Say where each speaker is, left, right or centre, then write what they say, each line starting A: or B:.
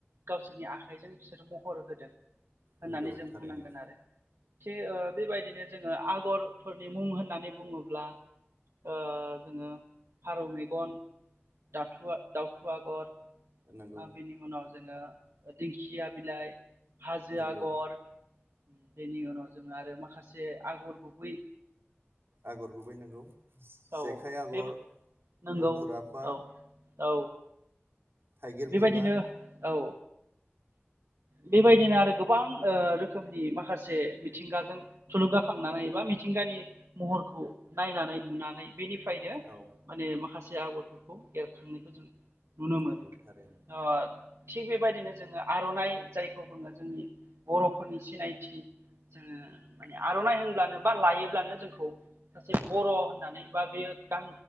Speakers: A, on the right; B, on the right.
A: गावसोरनि आखाइजों बिसोर महर होदों। होननानै
B: नंगौ
A: जों
B: थारैनो
A: बुंनांगोन आरो थिग बेबायदिनो जोङो आगरफोरनि मुं होननानै बुङोब्ला ओ जोङो फारौ मेगन, दाथु दावउथु आगर
B: नंगौ
A: आरो बेनि उनाव जोङो दिंखिया बिलाइ, हाजो
B: नंगौ
A: आगर बेनि उनाव जोंङो आरो माखासे आगर गुबै
B: आगर गुबै नंगौ जेखाइ
A: औ
B: आगर,
A: बे नंगौ
B: मुफुर आफा
A: औ औ
B: थाइगिर
A: बेबायदिनो
B: बिबार
A: औ बेबायदिनो आरो गोबां ओ रोखोमनि माखासे मिथिंगाजों थुलुंगाखांनानै बा मिथिंगानि महरखौ नायनानै नुनानै बेनिफ्रायनो
B: औ
A: माने माखासे आगरफोरखौ एरखांनायखौ जों नुनो
B: नंगौ
A: मोनो
B: थारैनो
A: अ थिग बेबायदिनो जोङो आरनाइ जायखौ बुङो जोंनि बर'फोरनि सिनायथि जोङो मान आरनाइ होनब्लानो बा लायोब्लानो जोंखौ सासे बर' होननानै बा बेयो गान